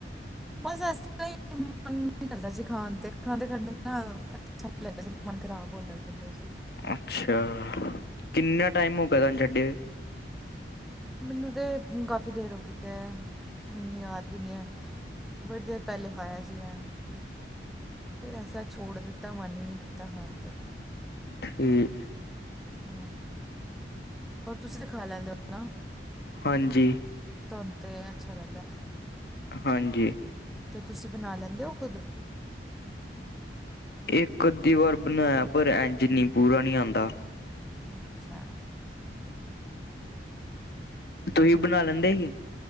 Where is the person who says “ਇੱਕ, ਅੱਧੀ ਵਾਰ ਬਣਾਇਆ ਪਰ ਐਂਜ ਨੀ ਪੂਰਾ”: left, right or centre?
Left